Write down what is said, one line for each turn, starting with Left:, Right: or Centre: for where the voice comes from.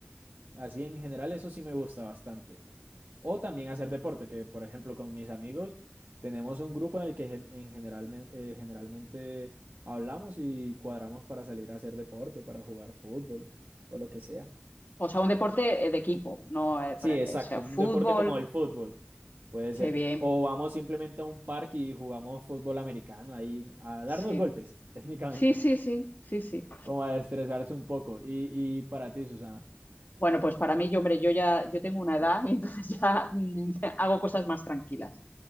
Right: Así en general eso sí me gusta bastante. O también hacer deporte, que por ejemplo con mis amigos tenemos un grupo en el que gen- en generalmen- eh, generalmente hablamos y cuadramos para salir a hacer deporte, para jugar fútbol o lo que sea.
Left: O sea, un deporte eh, de equipo, no eh,
Right: Sí,
Left: por ej-
Right: exacto,
Left: o sea, fútbol,
Right: un deporte como el fútbol, puede
Left: qué
Right: ser.
Left: bien.
Right: O vamos simplemente a un parque y jugamos fútbol americano ahí a darnos
Left: Sí,
Right: golpes, <laughs> técnicamente.
Left: sí, sí, sí, sí, sí.
Right: Como a estresarse un poco. Y, y para ti, Susana.
Left: Bueno, pues para mí, yo, hombre, yo ya yo tengo una edad y entonces <laughs> ya mm, hago cosas más tranquilas.